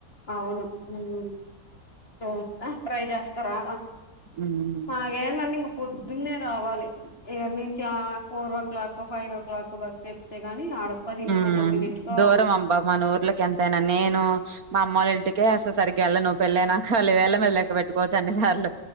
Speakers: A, on the left; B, on the right.
A: అవును ఉమ్. చూస్తా ట్రై చేస్తారా
B: ఉమ్
A: మాగేంటండి ఇంక పొద్దున్నే రావాలి. ఇక్కడ నుంచి ఆహ్ four o'clock five o'clock bus ఎక్కితే కాని ఆడ. పదింటికో
B: ఉమ్
A: తొమ్మిదింటికో
B: దూరం
A: అవును
B: అమ్బా మానూఊర్లకి ఎంతనా నేను మా అమ్మ గారి. ఇంటికే అసలు సరిగ్గా వెళ్ళను పెళ్లయినాక వేళ మీద లెక్క పెట్కోవచ్చు అన్నిసార్లు.